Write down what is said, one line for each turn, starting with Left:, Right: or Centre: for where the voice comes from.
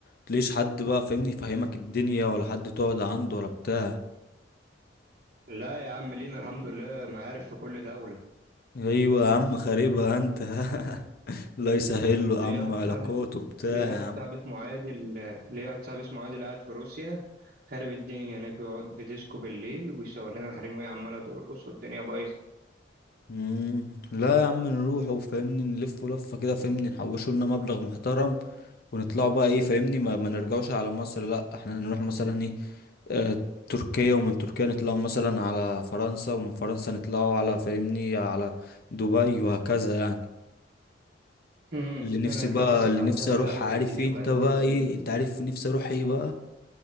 Left: تلاقيش حد بقى فاهمني يفهمك الدنيا ولا حد تقعد عنده ولا بتاع
Right: لا يا عم لينا الحمد لله معارف في كل دولة
Left: ايوه يا عم خاربها انت <laughs> الله يسهل له
Right: ليا
Left: يا عم
Right: واحد
Left: علاقات
Right: صاحبي
Left: وبتاع
Right: ليا
Left: يا
Right: واحد
Left: عم
Right: صاحبي اسمه عادل ليا واحد صاحبي اسمه عادل قاعد في روسيا خارب الدنيا هناك بيقعد في ديسكو بالليل ويصور لنا حريم وهي عمالة ترقص والدنيا بايظة
Left: مم. لا يا عم نروح وفهمني نلف لفة كده فهمني نحوشوا لنا مبلغ محترم ونطلعوا بقى ايه فاهمني ما, ما نرجعوش على مصر لا احنا هنروح مثلا ايه آه تركيا ومن تركيا نطلعوا مثلا على فرنسا ومن فرنسا نطلعوا على فاهمني على دبي وهكذا يعني
Right: امم
Left: اللي نفسي
Right: انا هتلاقي
Left: بقى
Right: بس
Left: اللي
Right: بتاع
Left: نفسي
Right: الدهب
Left: اروح
Right: الاول
Left: عارف
Right: دي
Left: ايه
Right: وبعد
Left: انت بقى
Right: كده
Left: ايه
Right: ايه
Left: انت عارف نفسي اروح ايه بقى